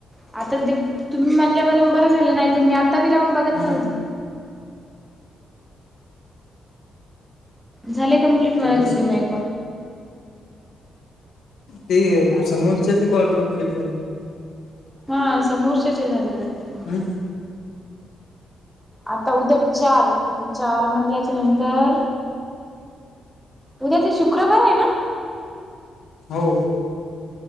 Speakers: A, in the centre; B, on the left.
A: आता ते तुम्ही म्हणले म्हणून बरं झालं नाही तर मी आता बी लावून बघत
B: म
A: नव्हती. झाले कम्प्लीट
B: आता
A: म्हयत
B: कस
A: होती मी.
B: ते समोरच्याचे कॉल कमप्लीट झाले.
A: हा समोरच्याचे झालेच वाटते कंप्लीट.
B: हम्म
A: आता उद्या चार, चार म्हणल्याच्या नंतर उद्याच शुक्रवार आहे ना?
B: हो.